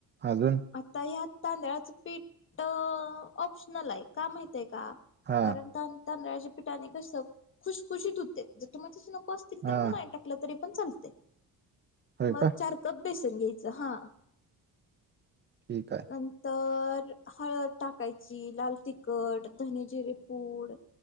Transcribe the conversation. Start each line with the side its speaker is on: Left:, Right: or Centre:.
Right: अजून?
Left: आता ह्यात तांदळाचं पीठ ऑप्शनल आहे. का माहित आहे का?
Right: हा
Left: कारण तान तांदळाच्या पीठाने कस खुशखुशीत होते. जर तुम्हाला तस नको असतील
Right: हा
Left: तर म नाय टाकल तरी पण चालते.
Right: होय
Left: मग
Right: का
Left: चार कप बेसन घ्यायच हा.
Right: ठीक आहे.
Left: नंतर हळद टाकायची, लाल तिखट, धने जिरे पूड